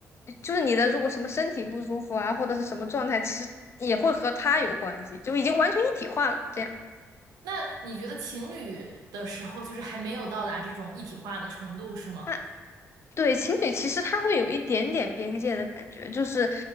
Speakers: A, on the left; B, on the right.
A: 就是你的如果什么身体不舒服啊，或者是什么状态，其实也会和他有关系，就已经完全一体化了。这样。
B: 那你觉得情侣的时候，就是还没有到达这种一体化的程度，是吗？
A: 啊对，情侣其实他会有一点点边界的感觉，就是，